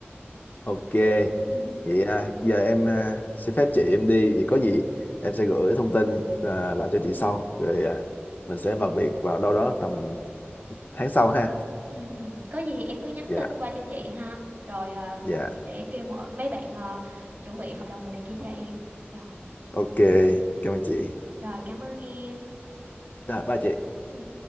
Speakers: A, on the left; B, on the right.
A: ok
B: ừ
A: vậy à, giờ em à, xin phép chị em đi vậy có gì em sẽ gửi thông tin à, lại cho chị sau rồi à, mình sẽ vào việc vào đâu đó tầm tháng sau ha
B: ừ ừ có gì thì em cứ nhắn
A: dạ
B: tin qua cho chị ha rồi ờ,
A: dạ
B: chị sẽ kêu mọi mấy bạn ờ, chuẩn bị hợp đồng đồ này kia cho em rồi
A: ok cảm ơn chị
B: rồi cảm ơn em
A: rồi ba chị
B: Ừ.